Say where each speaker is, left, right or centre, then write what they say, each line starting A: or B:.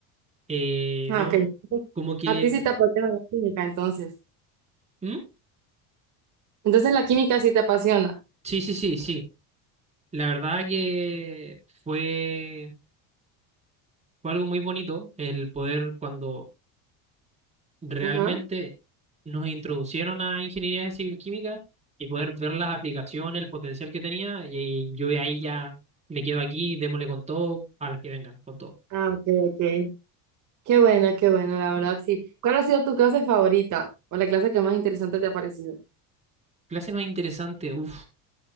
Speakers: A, on the right (about 15°); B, on the right (about 50°).
A: Eh,
B: Ah,
A: no,
B: ok.
A: como que...
B: A ti sí te apasiona la química, entonces.
A: ¿Mm?
B: Entonces la química sí te apasiona.
A: Sí, sí, sí, sí. La verdad que fue, fue algo muy bonito el poder cuando realmente
B: Ajá.
A: nos introducieron a ingeniería civil química y poder ver las aplicaciones, el potencial que tenía. Y, yo de ahí ya me quedo aquí, démosle con todo, a las que vengan, con todo.
B: Ah, ok, ok. Qué bueno, qué bueno, la verdad sí. ¿Cuál ha sido tu clase favorita o la clase que más interesante te ha parecido?
A: Clase más interesante, uff.